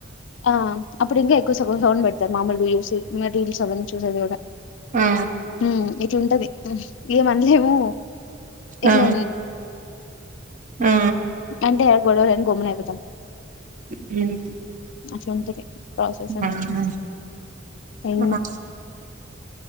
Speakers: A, on the left (about 70°); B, on the right (about 40°).
A: ఆ అప్పుడు ఇంకా ఎక్కువ సగా సౌండ్ పెడతారు మామూలు వయూ రీల్స్ అవన్నీ చూసేది కూడా
B: ఆ
A: హ ఇట్లుంటది ఏమనలేము ఇట్లా
B: ఆ ఆ
A: అంటే ఎ గొడవని గూమనయిపోదా
B: హ్మ్
A: చంటది ప్రోసెస్ ఎంత
B: అవునా.
A: ఎ
B: ఆ